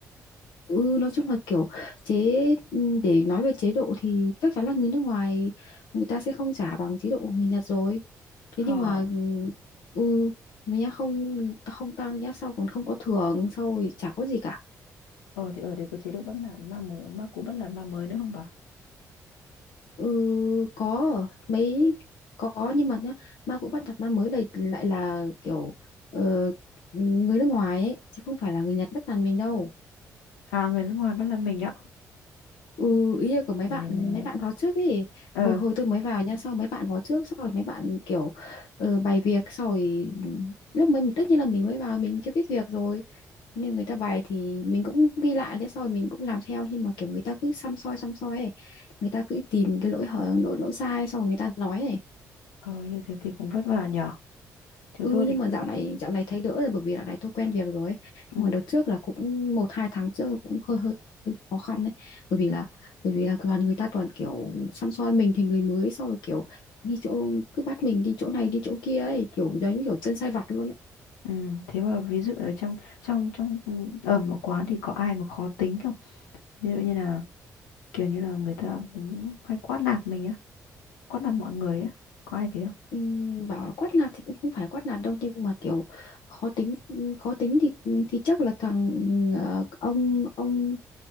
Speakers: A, on the left (about 65°); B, on the left (about 80°).
A: ừ, nói chung là kiểu chế ừ, để nói về chế độ thì chắc chắn là người nước ngoài người ta sẽ không trả bằng chế độ của người Nhật rồi thế
B: Ờ,
A: nhưng mà ừ người nhá không không tăng nhá sau còn không có thưởng sau rồi chả có gì cả
B: ờ thì ở đây có chế độ bắt nạt ma mới, ma cũ bắt nạt ma mới nữa không bà?
A: Ừ, có mấy có nhưng mà nhá, ma cũ bắt nạt ma mới đây lại là kiểu ờ, người nước ngoài ấy chứ không phải là người Nhật bắt nạt mình đâu
B: À người nước ngoài bắt làm mình ạ.
A: ừ ý là của mấy
B: Ừ.
A: bạn mấy bạn vào trước ấy
B: Ờ,
A: hồi hồi tôi mới vào nha sau mấy bạn vào trước sau rồi mấy bạn kiểu ờ, bày việc sau rồi lúc mới mình tất nhiên là mình mới vào mình chưa biết việc rồi nhưng người ta bày thì mình cũng ghi lại đấy sau rồi mình cũng làm theo nhưng mà kiểu người ta cứ xăm soi xăm soi ấy người ta cứ tìm cái lỗi hở lỗi lỗi sai sau rồi người ta nói ấy
B: ờ như thế thì cũng vất vả nhở. Chứ
A: Ừ
B: tôi thì
A: nhưng mà
B: không.
A: dạo này dạo này thấy đỡ rồi bởi vì dạo này tôi quen việc rồi ấy.
B: Ừ.
A: Nhưng mà đợt trước là cũng một hai tháng trước là cũng hơi hơi khó khăn đấy bởi vì là bởi vì là toàn người ta toàn kiểu săm soi mình thì người mới sau rồi kiểu đi chỗ cứ bắt mình đi chỗ này đi chỗ kia ấy kiểu giống như kiểu chân sai vặt luôn ấy
B: Ừ. Thế mà ví dụ ở trong trong trong ừ, ở một quán thì có ai mà khó tính không? Ví dụ như là kiểu như là người ta cũng hay quát nạt mình á, quát nạt mọi người á. Có ai thế không?
A: Ừm, bảo là quát nạt thì cũng không phải quát nạt đâu nhưng mà kiểu khó tính khó tính thì thì chắc là thằng ờ, ông ông